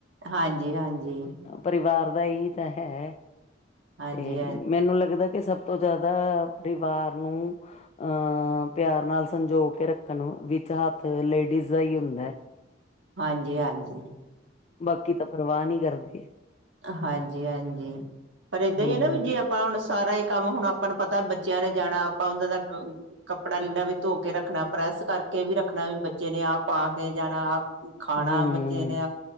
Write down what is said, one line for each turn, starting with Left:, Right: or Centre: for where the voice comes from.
Right: ਹਾਂਜੀ-ਹਾਂਜੀ।
Left: ਪਰਿਵਾਰ ਦਾ ਹੀ ਤਾਂ ਹੈ,
Right: ਹਾਂਜੀ
Left: ਤੇ ਮੈਨੂੰ ਲੱਗਦਾ ਕਿ ਸਭ ਤੋਂ ਜ਼ਿਆਦਾ, ਪਰਿਵਾਰ ਨੂੰ ਅ ਪਿਆਰ ਨਾਲ ਸੰਜੋ ਕੇ ਰੱਖਣ, ਵਿੱਚ ਹੱਥ ਲੇਡੀਜ਼ ਦਾ ਹੀ ਹੁੰਦਾ ਹੈ।
Right: ਹਾਂਜੀ-ਹਾਂਜੀ।
Left: ਬਾਕੀ ਤਾਂ ਪਰਵਾਹ ਨੀ ਕਰਦੇ।
Right: ਹਾਂਜੀ ਹਾਂਜੀ, ਪਰ ਏਦਾਂ
Left: ਹੂੰ
Right: ਹੀ ਹੈ ਨਾ ਵੀ ਜੇ ਕੋਣ ਸਾਰਾ ਹੀ ਕੰਮ ਹੁਣ ਆਪਾਂ ਨੂੰ ਪਤਾ ਬੱਚੇਆਂ ਨੇ ਜਾਣਾ ਆਪਾਂ ਉਹਨਾਂ ਦਾ ਕ ਕੱਪੜਾ ਲੀੜਾ ਵੀ ਧੋ ਕੇ ਰੱਖਣਾ, ਪ੍ਰੈਸ ਕਰਕੇ ਵੀ ਰੱਖਣਾ ਵੀ ਬੱਚੇ ਨੇ ਆਹ ਪਾ ਕੇ ਜਾਣਾ ਖਾਣਾ
Left: ਹੂੰ
Right: ਬੱਚੇ ਨੇ।